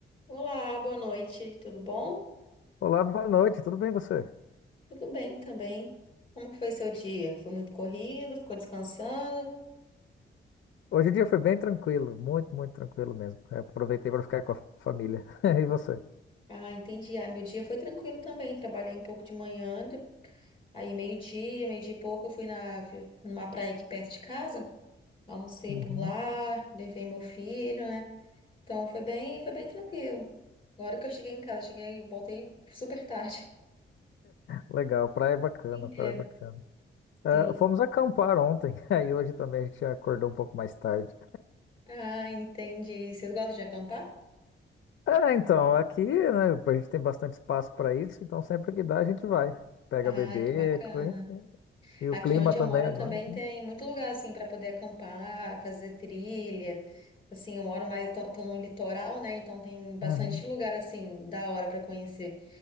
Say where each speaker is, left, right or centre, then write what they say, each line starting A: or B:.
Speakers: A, on the left; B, on the left.
A: Olá, boa noite, tudo bom?
B: Olá, boa noite, tudo bem você?
A: Tudo bem também. Como que foi seu dia? Foi muito corrido? Ficou descansando?
B: Hoje o dia foi bem tranquilo, muito, muito tranquilo mesmo. Eu aproveitei para ficar com a família. <laughs> E você?
A: Ah, entendi. Ah, meu dia foi tranquilo também. Trabalhei um pouco de manhã, de- aí meio-dia, meio-dia e pouco, eu fui na, fui numa praia aqui perto de casa, almocei
B: Uhum.
A: por lá, levei meu filho, né? Então foi bem, foi bem tranquilo. Agora que eu cheguei em casa, cheguei, voltei super tarde,
B: Legal, praia é
A: <laughs>
B: bacana,
A: o dia inteiro.
B: praia é bacana. Ah,
A: Sim.
B: fomos acampar ontem, <laughs> aí hoje também a gente acordou um pouco mais tarde.
A: Ah, entendi. Vocês gostam de acampar?
B: É, então, aqui, né, a gente tem bastante espaço para isso, então sempre que dá a gente vai. Pega
A: Ah,
B: bebê,
A: que bacana.
B: enfim. E
A: Aqui
B: o clima
A: onde
B: também
A: eu moro
B: agora.
A: também tem muito lugar assim para poder acampar, fazer trilha. Assim, eu moro mais tô, tô no litoral, né? Então tem bastante
B: Uhum.
A: lugar assim da hora para conhecer.